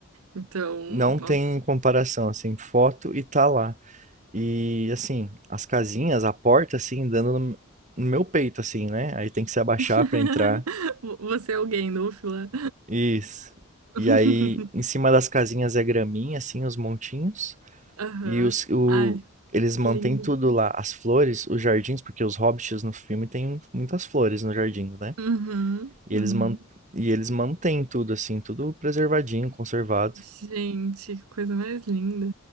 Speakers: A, on the right (about 75°); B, on the right (about 30°).
A: Então,
B: Não tem
A: nossa.
B: comparação, assim, foto e tá lá. E, assim, as casinhas, a porta, assim, dando no, no meu peito, assim, né? Aí tem que se abaixar
A: <laughs>
B: pra entrar.
A: Você é alguém, Núfila.
B: Isso.
A: <laughs>
B: E aí, em cima das casinhas é graminha, assim, os montinhos.
A: Aham.
B: E os, o,
A: Ai,
B: eles mantêm
A: que lindo.
B: tudo lá, as flores, os jardins, porque os hobbits no filme têm muitas flores no jardim, né?
A: Uhum,
B: E
A: uhum.
B: eles, man, e eles mantêm tudo, assim, tudo preservadinho, conservado.
A: Gente, que coisa mais linda.